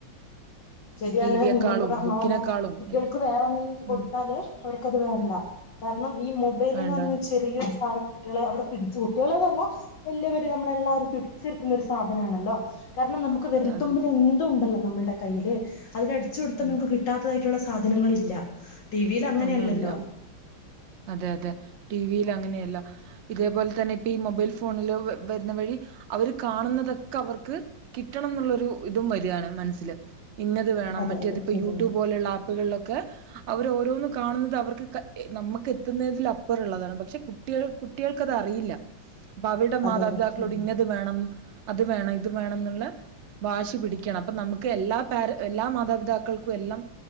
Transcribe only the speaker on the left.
ശരിയാണ്
നിങ്ങിളിപ്പ പറഞ്ഞ
പോലെ കുട്ടികൾക്ക്
വേറെ എന്തെങ്കിലും കൊടുത്താല്
അവർക്കത് വേ ണ്ട കാരണം ഈ മൊബൈലെന്ന്
പറഞ്ഞ ചെറിയൊരു സാനം കുട്ടികളെ അവിടെ പിടിച്ചു കുട്ടികളേന്നല്ല വല്ല്യവര് നമ്മളെല്ലാരും പിടിച്ചെടുക്കുന്ന ഒരു സാധനാണല്ലോ കാരണം നമുക്ക്
വെരൽത്തുമ്പിൽ
എന്തും ഉണ്ടല്ലോ നമ്മൾടെ കൈയ്യില് <inaudible> അതിലടിച്ചു കൊടുത്ത
നമുക്ക് കിട്ടാത്തതായിട്ടുള്ള സാ സാധനങ്ങളില്ല ടിവിൽ അങ്ങനെ
അല്ലല്ലോ
അതെ
അതെ ശരിയാണ്
അതെ
അതെ ശരിയാണ്